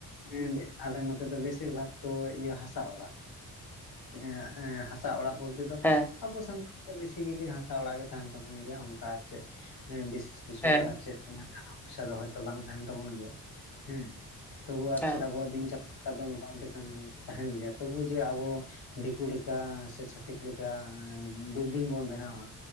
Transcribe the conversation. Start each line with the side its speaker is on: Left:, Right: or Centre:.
Left: ᱜᱮᱸ ᱵᱮᱜ ᱟᱞᱮ ᱱᱚᱛᱮ ᱫᱚ ᱵᱮᱥᱤᱨ ᱵᱷᱟᱜᱽ ᱛᱚ ᱤᱭᱟᱹ ᱦᱟᱥᱟ ᱚᱲᱟᱜ ᱠᱮᱸ ᱮᱸ ᱦᱟᱥ ᱦᱟᱥᱟ ᱚᱲᱟᱜ ᱵᱚᱞᱛᱮ ᱫᱚ
Centre: ᱦᱮᱸ
Left: ᱟᱵᱚ ᱥᱟᱱᱛᱟᱲ ᱫᱚ ᱵᱮᱥᱤ ᱜᱮ ᱞᱮ ᱦᱟᱥᱟ ᱚᱲᱟᱜ ᱜᱮ ᱛᱟᱦᱮᱱ ᱛᱟᱵᱚᱱ ᱜᱮᱭᱟ ᱚᱱᱠᱟ ᱟᱨ ᱪᱮᱫ ᱮ ᱸ ᱵᱤᱥᱮᱥ ᱠᱤᱪᱷᱩ
Centre: ᱦᱮᱸ
Left: ᱟᱨ ᱪᱮᱫ ᱚᱱᱟ ᱴᱟᱠᱟ ᱯᱚᱭᱥᱟ ᱫᱚ ᱦᱚᱭᱛᱚ ᱵᱟᱝ ᱛᱟᱦᱮᱱ ᱛᱟᱵᱚᱱ ᱜᱮᱭᱟ ᱦᱮᱸ ᱾ ᱛᱚᱵᱩ ᱟᱨ
Centre: ᱦᱮᱸ
Left: ᱪᱮᱫ ᱟᱵᱚᱣᱟᱜ ᱫᱤᱱ ᱪᱟᱞᱟᱣ ᱞᱮᱠᱟ ᱫᱚ ᱢᱚᱴᱟᱼᱢᱩᱴᱤ ᱛᱟᱸᱱ ᱛᱟᱦᱮᱱ ᱜᱮᱭᱟ ᱛᱚᱵᱩ ᱡᱮ ᱟᱵᱚ ᱫᱤᱠᱩ ᱞᱮᱠᱟ ᱥᱮ ᱪᱷᱟᱛᱤᱠ ᱞᱮᱠᱟ ᱮᱸ ᱵᱤᱞᱰᱤᱝ ᱵᱚᱱ ᱵᱮᱱᱟᱣᱟ